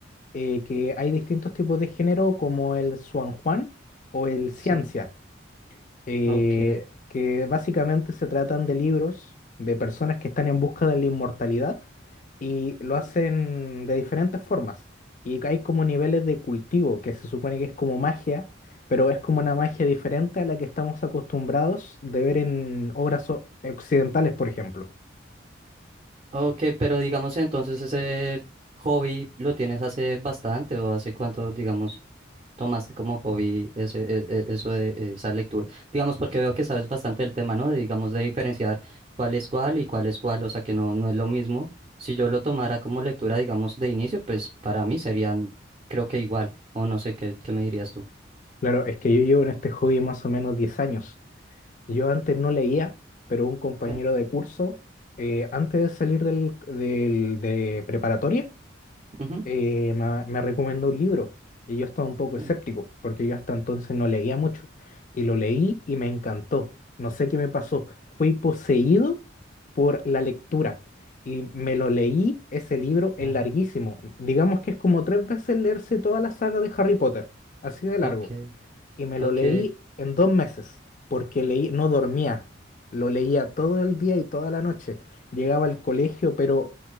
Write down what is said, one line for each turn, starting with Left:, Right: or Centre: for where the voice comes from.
Left: eh, que hay distintos tipos de género como el Xuanjuan o el ciencia
Right: Sí,
Left: eh,
Right: ok,
Left: que básicamente se tratan de libros de personas que están en busca de la inmortalidad y lo hacen de diferentes formas. Y hay como niveles de cultivo, que se supone que es como magia, pero es como una magia diferente a la que estamos acostumbrados de ver en obras o- occidentales, por ejemplo.
Right: Ok, pero digamos entonces ese hobby lo tienes hace bastante o hace cuánto, digamos, tomaste como hobby ese, e- e- eso de eh, esa lectura. Digamos, porque veo que sabes bastante del tema, ¿no? De, digamos, de diferenciar cuál es cuál y cuál es cuál, o sea que no, no es lo mismo. Si yo lo tomara como lectura, digamos, de inicio, pues para mí serían, creo que igual, o no sé qué, qué me dirías tú.
Left: Claro, es que yo llevo en este hobby más o menos 10 años. Yo antes no leía, pero un compañero
Right: Eh,
Left: de curso, eh, antes de salir del, del- de preparatoria,
Right: ujú,
Left: eh, ma- me, recomendó un libro y yo estaba un poco escéptico
Right: eh,
Left: porque yo hasta entonces no leía mucho y lo leí y me encantó. No sé qué me pasó, fui poseído por la lectura y me lo leí, ese libro es
Right: claro.
Left: larguísimo. Digamos que es como tres veces leerse toda la saga de Harry Potter, así de largo
Right: Ok,
Left: y me
Right: ok.
Left: lo leí en dos meses, porque leí, no dormía, lo leía todo el día y toda la noche. Llegaba al colegio, pero